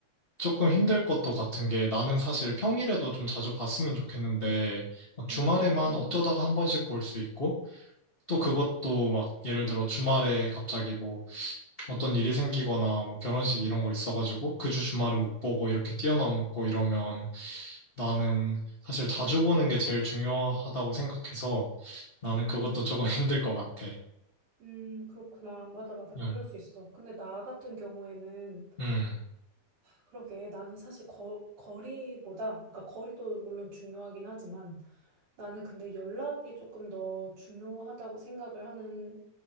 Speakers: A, on the left; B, on the right.
A: 조금 힘들 것도 같은 게 나는 사실 평일에도 좀 자주 봤으면 좋겠는데 막 주말에만
B: 음. 음.
A: 어쩌다가 한 번씩 볼 수 있고 또 그것도 막 예를 들어 주말에 갑자기 뭐 어떤 일이 생기거나 뭐 결혼식 이런 거 있어가지고 그 주 주말은 못 보고 이렇게 뛰어넘고 이러면 나는 사실 자주 보는 게 제일 중요하다고 생각해서 나는
B: 음.
A: 그것도 조금 <laughs> 힘들 것 같아.
B: 음. 그렇구나. 맞아, 맞아.
A: 응,
B: 그럴 수 있어. 근데 나 같은 경우에는
A: 음,
B: 그러게 나는 사실 거, 거리보다 그러니까 거리도 물론 중요하긴 하지만 나는 근데 연락이 조금 더 중요하다고 생각을 하는